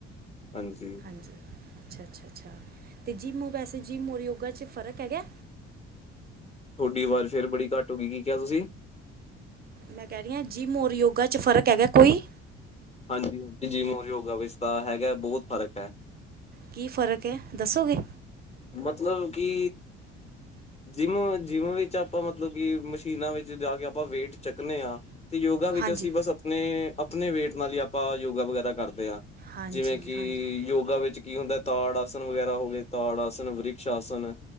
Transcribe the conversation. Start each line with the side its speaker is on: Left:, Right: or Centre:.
Left: ਹਾਂਜੀ
Right: ਅੱਛਾ- ਅੱਛਾ, ਅੱਛਾ ਅਤੇ ਜਿਮ ਵੈਸੇ ਜਿਮ ਔਰ ਯੋਗਾ ਚ, ਫ਼ਰਕ ਹੈਗਾ
Left: ਤੁਹਾਡੀ ਆਵਾਜ਼ ਫੇਰ ਬੜੀ ਘੱਟ ਹੋ ਗਈ, ਕੀ ਕਿਹਾ ਤੁਸੀ?
Right: ਮੈਂ ਕਹਿ ਰਹੀ ਹਾਂ, ਜਿਮ ਔਰ ਯੋਗਾ ਚ ਫ਼ਰਕ ਹੈਗਾ ਕੋਈ?
Left: ਹਾਂਜੀ- ਹਾਂਜੀ, ਜਿਮ ਔਰ ਯੋਗਾ ਵਿਚ ਤਾਂ ਹੈਗਾ, ਬਹੁਤ ਫ਼ਰਕ ਹੈ।
Right: ਕੀ ਫ਼ਰਕ ਹੈ ਦੱਸੋਗੇ?
Left: ਮਤਲਬ ਕਿ ਜਿੰਮ- ਜਿੰਮ ਵਿੱਚ, ਆਪਾਂ ਮਤਲਬ ਕਿ ਮਸ਼ੀਨਾਂ ਵਿੱਚ ਜਾ ਕੇ ਆਪਾਂ ਵੇਟ ਚੱਕਨੇ ਹਾਂ। ਤੇ ਯੋਗਾ ਵਿੱਚ,
Right: ਹਾਂਜੀ
Left: ਅਸੀਂ ਬਸ ਆਪਣੇ- ਆਪਣੇ ਵੇਟ ਨਾਲ ਹੀ, ਆਪਾਂ ਯੋਗਾ ਵਗੈਰਾ ਕਰਦੇ ਹਾਂ।
Right: ਹਾਂਜੀ
Left: ਜਿਵੇਂ ਕਿ
Right: ਹਾਂਜੀ
Left: ਯੋਗਾ ਵਿੱਚ ਕੀ ਹੁੰਦਾ, ਤਾੜ ਆਸਣ ਵਗੈਰਾ ਹੋ ਗਏ, ਤਾੜ ਆਸਣ ਧਨੁ ਵ੍ਰਿਕਸ਼ ਆਸਣ।